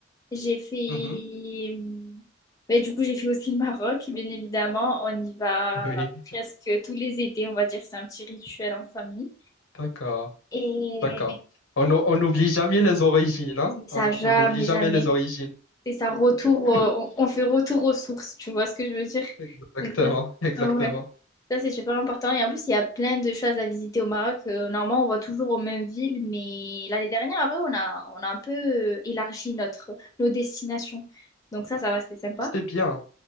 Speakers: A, on the left; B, on the left.
A: J'ai fait.
B: Mhm.
A: hum, Ben, du coup, j'ai fait aussi le Maroc, bien évidemment. On y va
B: Oui,
A: presque tous les étés, on va dire. C'est un petit rituel en famille.
B: D'accord,
A: Et
B: d'accord. On n'ou- on n'oublie jamais les origines, hein?
A: c'est ça,
B: On
A: jamais,
B: on n'oublie jamais
A: jamais.
B: les origines.
A: C'est ça, retour.
B: <laughs>
A: euh, on, on fait retour aux sources, tu vois ce que je veux dire?
B: Exactement,
A: Donc,
B: exactement.
A: ça, ouais. Ça, c'est super important. Et en plus, il y a plein de choses à visiter au Maroc. Euh, normalement, on va toujours aux mêmes villes, mais l'année dernière, après, on a, on a un peu euh, élargi notre, nos destinations. Donc ça, ça va, c'était sympa.
B: C'était bien.